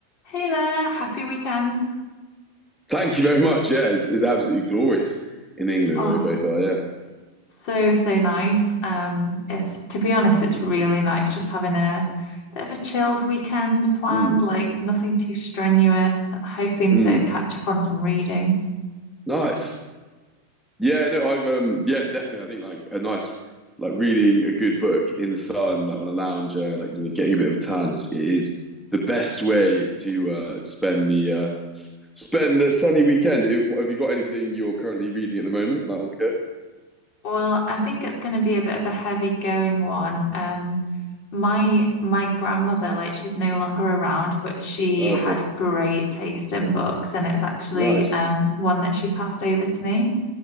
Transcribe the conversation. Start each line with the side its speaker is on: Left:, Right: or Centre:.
Left: Hey there, happy weekend.
Centre: Thank you very much. Yeah, it's, it's absolutely glorious in England
Left: Oh,
Centre: where we both are. Yeah.
Left: so so nice. Um, it's to be honest, it's really nice just having a bit of a chilled weekend planned,
Centre: Mm,
Left: like nothing too strenuous, hoping
Centre: mm.
Left: to catch up on some reading.
Centre: Nice. Yeah, no, I've um yeah, definitely. I think like a nice like reading a good book in the sun, like on a lounger, like you know, getting a bit of a tan is it is the best way to uh spend the uh spend the sunny weekend. Have you got anything you're currently reading at the moment, like on the
Left: Well, I think it's going to be a bit of a heavy going one. Um, my my grandmother, like she's no longer around, but she
Centre: go?
Left: had
Centre: Okay,
Left: great taste in books, and it's actually
Centre: nice.
Left: um one that she passed over to me.